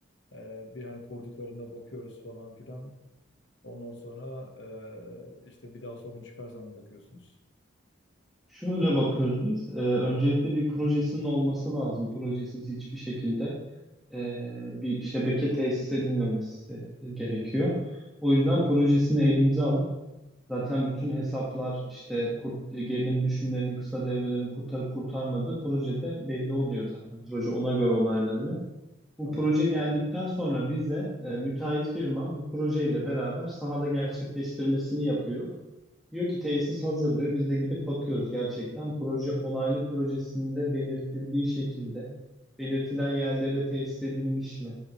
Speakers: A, on the left (about 65°); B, in the centre.
A: e, bir hani kurduklarında bakıyoruz falan filan Ondan sonra e, işte bir daha sorun çıkarsa mı bakıyorsunuz?
B: Şöyle bakıyoruz biz. Ee, öncelikle bir projesinin olması lazım. Projesiz hiçbir şekilde e, bir şebeke tesis edilmemesi gerekiyor. O yüzden projesini elimize alıp Zaten bütün hesaplar işte kurt, gerilim düşümlerinin kısa devrelerini kurtarıp kurtarmadığı projede belli oluyor zaten. Proje ona göre onaylanıyor. Bu
A: Tamam.
B: proje geldikten sonra bize e, müteahhit firma bu projeyle beraber sahada gerçekleştirmesini yapıyor. Diyor ki tesis hazır diyor. Biz de gidip bakıyoruz gerçekten. Proje onaylı projesinde belirtildiği şekilde belirtilen yerlere tesis edilmiş mi?